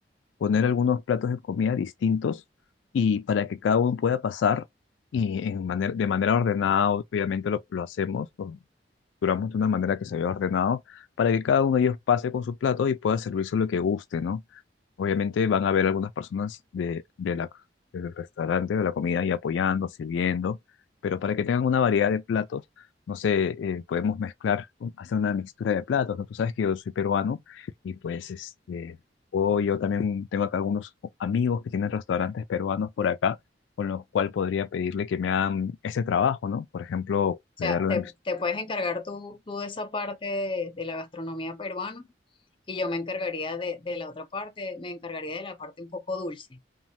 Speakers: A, on the left; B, on the left.
A: poner algunos platos de comida distintos y para que cada uno pueda pasar y en manera, de manera ordenada, obviamente lo, lo hacemos, duramos de una manera que se vea ordenado para que cada uno de ellos pase con su plato y pueda servirse lo que guste, ¿no? Obviamente van a haber algunas personas de, de la, del restaurante, de la comida, y apoyando, sirviendo, pero para que tengan una variedad de platos, no sé, eh, podemos mezclar, hacer una mixtura de platos, ¿no? Tú sabes que yo soy peruano y pues este, o yo también tengo acá algunos amigos que tienen restaurantes peruanos por acá con los cual podría pedirle que me hagan ese trabajo, ¿no? Por ejemplo,
B: sea,
A: voy a darle
B: te,
A: una
B: te puedes encargar tú, tú de esa parte de, de la gastronomía peruana y yo me encargaría de, de la otra parte, me encargaría de la parte un poco dulce.